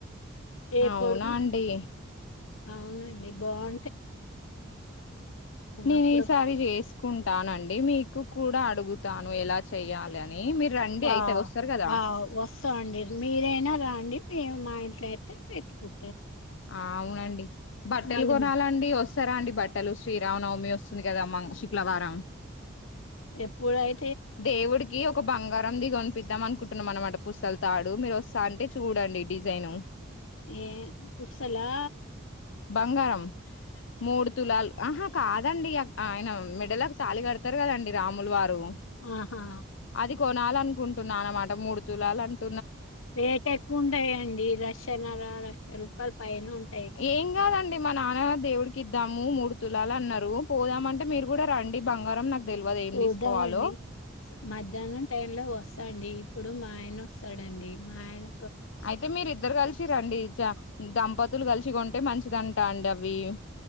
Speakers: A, on the left; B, on the left.
A: ఏ
B: అవునా
A: పొడుగు
B: అండి
A: అవునండి బావ్
B: నేను
A: అప్పుడు
B: ఈసారి చేసుకుంటానండి మీకు కూడా అడ్ అడుగుతాను ఎలా చెయ్యాలన్ నీ మీరు రండి
A: ఆ
B: అయితే వస్తారు గదా.
A: ఆ వస్తామండి మీరైనా రాండి మేము మా ఇంట్లో అయితే పెట్టుకుం
B: ఆవునండి బట్టలు
A: మళ్ళీ
B: కొనాలండి వస్తారా అండి బట్టలు శ్రీ రావనవమి వస్తుంది గదా మంగ్ శుక్లవారం
A: ఎప్పుడయి
B: దేవుడికి ఒక బంగారంది గొన్ పిద్దాం అనుకుంటున్నాం అనమాట పుస్తల్ తాడు. మీరు వస్తా అంటే చూడండి డిజైను.
A: ఏ పుస్తల్లా
B: బంగారం మూడుతులాల్ ఆహా కాదండి అక్ ఆయన మెడలక్ తాళి కడతరు కదండి రాముల్ వారు
A: ఆహా
B: అది కొనాలనుకుంటున్నా అనమాట మూడు తులాల్ అంట్
A: రేట్ ఎక్కువ ఉంటాయండి. లక్షన్నర లక్ష రూపాయలు పైన ఉంట్
B: ఏం కాదండి మన. నాన్నా దేవుడికి ఇద్దాము మూడు తులాలు అన్నారు. పోదామంటే మీరు కూడా రండి బంగారం నాకు. తెల్వదు ఏం
A: చూద్దామండి
B: తీసుకోవాలో.
A: మధ్యాహ్నం టైం లో వస్తాండి. ఇప్పుడు మా ఆయన వస్తాడండి మా ఆయన
B: అయితే మీరిద్దరు కలిసి రండి. దంపతులు కలిసి కొంటే మంచిదం రాండ్ అవి